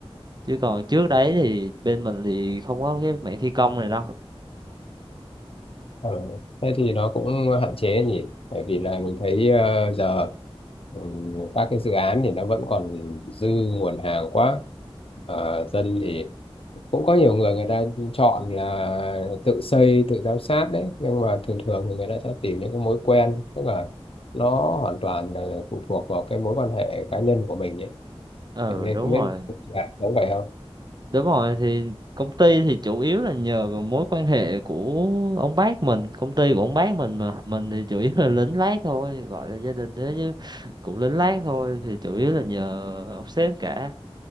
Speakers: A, on the right; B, on the left.
A: chứ còn trước đấy thì bên mình thì không có cái mảng thi công này đâu
B: Ờ, thế thì nó cũng hạn chế nhỉ bởi vì là mình thấy ờ, giờ ừ, các cái dự án thì nó vẫn còn dư nguồn hàng quá Ờ, dân thì cũng có nhiều người người ta chọn là tự xây tự giám sát đấy nhưng mà thường thường thì người ta sẽ tìm những cái mối quen tức là nó hoàn toàn là phụ thuộc vào cái mối quan hệ cá nhân của mình ấy
A: ừ
B: thì mình
A: đúng
B: không biết
A: rồi
B: là có vậy không
A: Đúng rồi thì công ty thì chủ yếu là nhờ vào mối quan hệ của ông bác mình, công ty của ông bác mình mà mình thì chủ yếu là lính lác thôi, gọi là gia đình thế chứ cũng lính lác thôi thì chủ yếu là nhờ ông sếp cả.